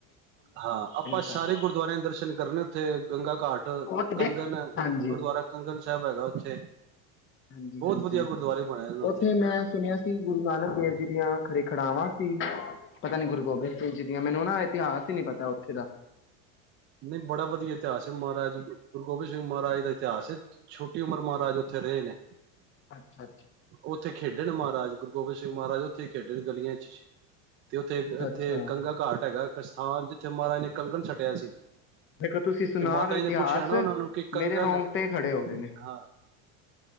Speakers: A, on the right (about 35°); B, on the left (about 35°).
A: ਹਾਂ ਆਪਾਂ
B: ਸਾਡੇ
A: ਸਾਰੇ ਗੁਰਦੁਆਰਿਆਂ ਦੇ ਦਰਸ਼ਨ ਕਰਨੇ ਉੱਥੇ ਗੰਗਾ ਘਾਟ
B: ਉਹ ਤੇ
A: ਕੰਗਨ
B: ਦੇਖ ਹਾਂਜੀ
A: ਗੁਰਦੁਆਰਾ ਕੰਗਨ ਸਬ ਹੈਗਾ ਉੱਥੇ।
B: ਹਾਂਜੀ-ਹਾਂਜੀ
A: ਬਹੁਤ ਵਧੀਆ ਗੁਰਦੁਆਰੇ ਬਣੇ ਨੇ
B: ਉੱਥੇ ਮੈਂ ਸੁਣਿਆ ਸੀ ਗੁਰੂ ਨਾਨਕ ਦੇਵ ਜੀ ਦੀਆਂ ਖੜ-ਖੜਾਵਾਂ ਸੀ, ਪਤਾ ਨੀ ਗੁਰੂ ਗੋਬਿੰਦ ਸਿੰਘ ਜੀ ਦੀਆਂ ਮੈਨੂੰ ਨਾ ਇਤਿਹਾਸ ਹੀ ਨੀ ਪਤਾ ਉੱਥੇ ਦਾ।
A: ਨਹੀਂ ਬੜਾ ਵਧੀਆ ਇਤਿਹਾਸ ਹੈ ਮਹਾਰਾਜ ਗੁਰੂ ਗੋਬਿੰਦ ਸਿੰਘ ਮਹਾਰਾਜ ਦਾ ਇਤਿਹਾਸ ਹੈ ਛੋਟੀ ਉਮਰ ਮਹਾਰਾਜ ਉੱਥੇ ਰਹੇ ਨੇ।
B: ਅੱਛਾ ਅ
A: ਉੱਥੇ ਖੇਡਣ ਮਹਾਰਾਜ ਗੁਰੂ ਗੋਬਿੰਦ ਸਿੰਘ ਮਹਾਰਾਜ ਉੱਥੇ ਖੇਡੇ ਨੇ ਗਲੀਆਂ ਚ ਤੇ ਉੱਥੇ ਇੱਥੇ
B: ਅੱਛਾ
A: ਗੰਗਾ ਘਾਟ ਹੈਗਾ ਇੱਕ ਸਥਾਨ ਜਿੱਥੇ ਮਹਾਰਾਜ ਨੇ ਕੰਗਣ ਸਟਿਆ ਸੀ
B: ਇੱਕ ਤੁਸੀਂ ਸੁਣਾ
A: ਤੇ ਮਾਤਾ
B: ਰਹੇ
A: ਜੀ
B: ਇਤਿਹਾਸ
A: ਨੇ ਪੁੱਛਿਆ ਨਾ ਉਹਨਾਂ ਨੂੰ ਕਿ ਕੰਗਣ
B: ਮੇਰੇ ਰੌਂਗਟੇ ਖੜੇ ਹੋ ਗਏ ਨੇ।
A: ਹਾਂ